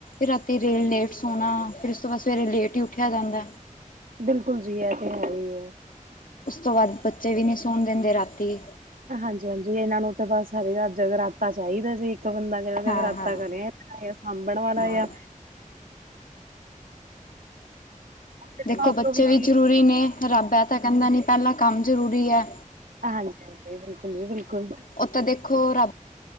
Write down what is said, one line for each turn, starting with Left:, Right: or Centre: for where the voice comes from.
Left: ਰਾਤੀ ਰੇ ਲੇਟ ਸੋਣਾ। ਫਿਰ ਉਸ ਤੋਂ ਬਾਅਦ ਸਵੇਰੇ ਲੇਟ ਈ ਉੱਠੇਆ ਜਾਂਦਾ ਐ।
Right: ਬਿਲਕੁਲ ਜੀ ਐ ਤੇ ਹੈ ਈ ਐ।
Left: ਉਸ ਤੋਂ ਬਾਦ ਬੱਚੇ ਵੀ ਨੀ ਸੌਣ ਦੇਂਦੇ ਰਾਤੀ।
Right: ਹਾਂਜੀ-ਹਾਂਜੀ ਇਹਨਾਂ ਨੂੰ ਤੇ ਬਸ ਸਾਰੀ ਰਾਤ ਜਗਰਾਤਾ ਚਾਈਦਾ ਜੇ ਇੱਕ ਬੰਦਾ ਜਗਰਾਤਾ
Left: ਹਾਂ ਹਾਂ
Right: ਕਰੇ ਸਾਂਭਣ ਵਾਲਾ
Left: ਹਾਂ
Right: ਆ ਫਿਰ
Left: ਦੇਖੋ
Right: ਮਾਂ-ਪਿਓ
Left: ਬੱਚੇ ਵੀ
Right: ਕੀ
Left: ਜ਼ਰੂਰੀ ਨੇ ਰੱਬ ਐ ਤਾਂ ਕੈਂਦਾ ਨੀ ਪੈਲਾ ਕੰਮ ਜ਼ਰੂਰੀ ਐ।
Right: ਹਾਂਜੀ-ਹਾਂਜੀ ਬਿਲਕੁਲ ਜੀ ਬਿਲਕੁਲ।
Left: ਉਹ ਤਾਂ ਦੇਖੋ ਰੱਬ